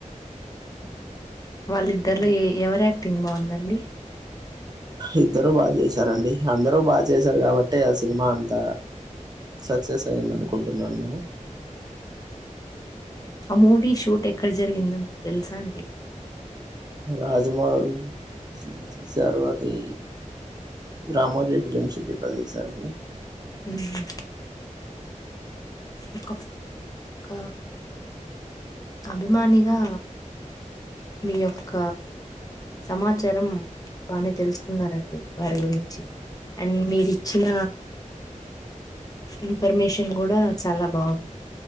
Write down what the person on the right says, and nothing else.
ఈ
ఇద్దరు బాగా చేశారంండి అందరూ బాగా చేశారు కాబట్టి ఆ సినిమా అంత సక్సెస్ అయ్యంద అనుకుంటున్నాను నేను
రాజమౌళి తీసారు అది రామోజీ ఫిలిమ్ సిటీలో తీసారండి